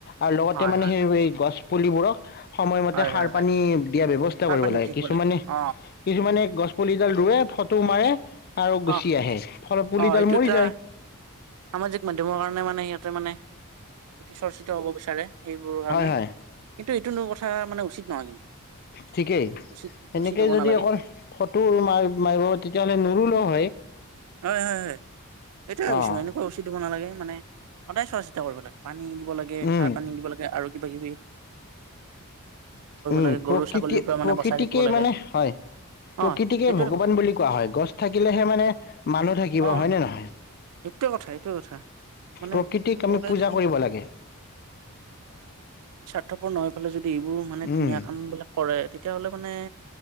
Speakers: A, on the left; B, on the right.
A: আৰু লগতে
B: হয়
A: মানে
B: হয়
A: সেই এই গছ পুলিবোৰক সময়মতে
B: হয়
A: সাৰ
B: হয়
A: পানী
B: হয়
A: দিয়া ব্যৱস্থা
B: সাৰ
A: কৰিব
B: পানী
A: লাগে।
B: দি থাকিব
A: কিছুমানে
B: অ
A: কিছুমানে গছ পুলিডাল ৰুৱে তো মাৰে আৰু গুচি
B: অহ',
A: আহে ফলত পুলিডাল
B: অহ', সেইটো
A: মৰি
B: এটা
A: যায়
B: সামাজিক মাধ্যমৰ কাৰণে মানে সিহতে মানে অতি চৰ্চিত হ'ব বিচাৰে। সেইবোৰৰ কাৰণে
A: হয়-হয়
B: কিন্তু এইটো কথা মানে উচিত নহয় কিন্তু
A: ঠিকেই
B: উচিত
A: সেনেকে
B: উচিত হ'ব
A: যদি
B: নালাগে
A: অকল ফটো মাৰ- মাৰিব তেতিয়াহ'লে নৰো ন '
B: হয়-হয়-হয় এইটোৱেই কৈছোঁ
A: অ',
B: এনেকোৱা উচিতো। একো নালাগেই মানে সদায় চোৱা-চিতা কৰিব লাগে পানী দিব লাগে
A: উম,
B: সাৰ পানী দিব লাগে আৰু কিবা-কিবি
A: উম,
B: লাগে গৰু
A: প্ৰকৃতি
B: ছাগলীৰ পৰা মানে
A: প্ৰকৃতিকে
B: বচাই ৰাখিব লাগে
A: মানে হয়,
B: অ
A: প্ৰকৃতিকে
B: সেইটোৱে
A: ভগৱান
B: কথা
A: বুলি কোৱা হয়, গছ থাকিলেহে মানে মানুহ থাকিব
B: অ
A: হয়নে নহয়,
B: সেইটোৱে কথা সেইটোৱে কথা মানে
A: প্ৰকৃতিক
B: সদায়
A: আমি পূজা
B: যদি
A: কৰিব লাগে।
B: উত্থাপন হৈ ফেলে যদি দি এইবোৰ মানে ধুনীয়া
A: উম,
B: কামবিলাক কৰে। তেতিয়াহ'লে মানে